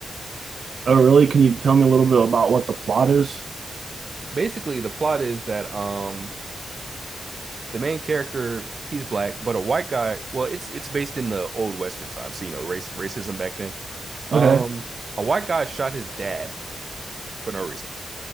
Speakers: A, on the right (about 65°); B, on the right (about 45°).
A: Oh really? Can you tell me a little bit about what the plot is?
B: Basically, the plot is that um the main character, he's black, but a white guy, well, it's it's based in the old Western times, so you know, race racism back then. Um
A: Okay,
B: a white guy shot his dad for no reason.